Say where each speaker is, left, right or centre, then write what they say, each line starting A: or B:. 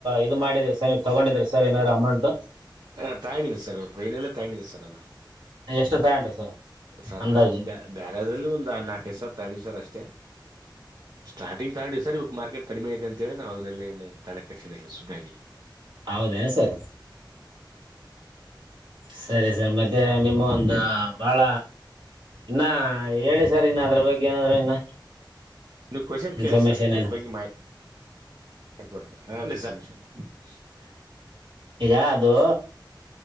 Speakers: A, on the right; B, on the right.
A: ಇದು ಮಾಡಿದ್ರಿ ಸರ್ ನೀವು ತಗೊಂಡಿದ್ರಿ ಸರ್ ಏನದಾರರು ಅಮೌಂಟ್
B: ಹ ತಾಯದ್ದೆ ಸರ್ ಪೈನೆಲ್ಲ ತಾಯದ್ದೆ ಸರ್ ನಾನು
A: ಎಷ್ಟು ತಗೊಂಡ್ರಿ ಸರ್
B: ಸರ್
A: ಅಂದಾಜು
B: ನಾ ಬ ಬೇರೆದ್ರಲ್ಲಿ ಒಂದ್ ನಾಲ್ಕೈದು ಸಾವ್ರ ತಂಡಿವ ಸರ್ ಅಷ್ಟೇ ಸ್ಟಾರ್ಟಿಂಗ್ ತಗಡಿ ಸರ್ ಇವಾಗ ಮಾರ್ಕೆಟ್ ಕಡಿಮೆ ಐತೆ ಅಂತೇಳಿ ನಾವು ಅದನ್ನಲ್ಲಿ ತಲೆ ಕಟ್ಸೊಂಡ ಸುಮ ಇದತಿ
A: ಹೌದೇನ್ ಸರ್ ಸರಿ ಸರ್ ಮತ್ತೆ ನಿಮ್ಮ ಒಂದು ಬಾಳ ಇನ್ನ ಹೇಳಿ ಸರ್ ಇನ್ನು ಅದ್ರ ಬಗ್ಗೆ ಏನಾದ್ರು ಇನ್ನ
B: ನೀ ಕ್ವಷ್ನ್
A: ಇನ್ಫಾರ್ಮೇಶನ್
B: ಕೇಳಿ ಸರ್ ಅದ್ರ
A: ಏನು
B: ಬಗ್ಗೆ ಮಾಹಿ <unintelligible>
A: ಈಗ ಅದು